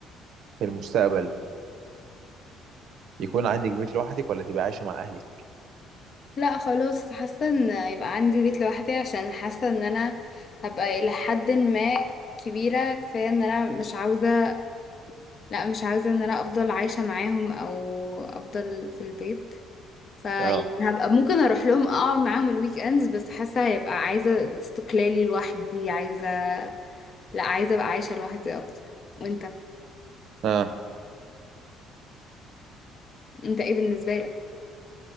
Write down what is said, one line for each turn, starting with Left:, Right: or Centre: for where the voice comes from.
Right: في المستقبل يكون عندك بيت لوحدك ولا تبقى عايشه مع اهلك
Left: لا خلاص حاسه ان يبقى عندي بيت لوحدي عشان حاسه ان انا هبقى الى حد ما كبيره كفايه ان انا مش عاوزه لا مش عاوزه ان انا افضل عايشه معاهم او افضل في البيت فهبقى
Right: اه
Left: ممكن اروح لهم اقعد معاهم الويك اندز بس حاسه هيبقى عايزه استقلالي لوحدي عايزه لا عايزه ابقى عايشه لوحدي اكتر وانت
Right: اه
Left: انت ايه بالنسبه لك